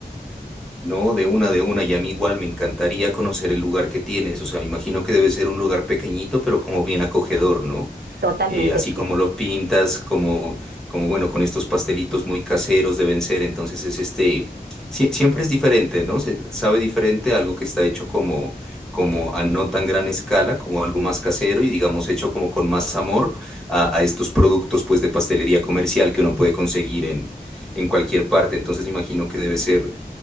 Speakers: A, in the centre; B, on the right.
A: No, de una, de una, y a mí igual me encantaría conocer el lugar que tienes. O sea, me imagino que debe ser un lugar pequeñito, pero como bien acogedor, ¿no?
B: Totalmente.
A: eh, así como
B: Sí,
A: lo pintas, como, como bueno, con estos pastelitos muy caseros deben ser, entonces es este, sie- siempre es diferente, ¿no? Se sabe diferente algo que está hecho como, como a no tan gran escala, como algo
B: sí.
A: más casero y digamos hecho como con más amor a, a estos productos pues de pastelería comercial que uno puede conseguir en, en cualquier parte, entonces me imagino que debe ser...